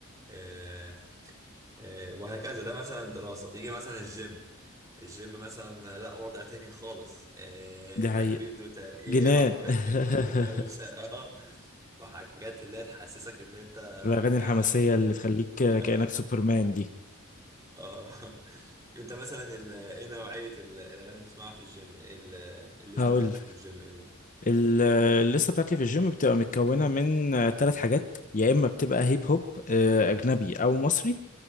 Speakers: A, on the right; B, on the left.
A: آه آه وهكذا ده مثلا دراسه يجي مثلا الجيم الجيم مثلا لا وضع تاني خالص آه
B: دي
A: تهبيد
B: حقيقة
A: وترقيع
B: جنان
A: و- <laughs>
B: <laughs>
A: ودوشه اه وحاجات اللي هي تحسسك ان انت
B: الأغاني
A: يعني
B: الحماسية اللي تخليك
A: <laughs> اه
B: كأنك سوبرمان دي
A: اه <laughs> انت مثلا ال... ايه نوعية ال... الاغاني اللي بتسمعها في الجيم ايه ال... الليستة
B: هقول
A: بتاعتك في الجيم ايه ده
B: ال- الليستة بتاعتي في الجيم بتبقى متكونة من ثلاث حاجات يا إما بتبقى هيب هوب آه، أجنبي أو مصري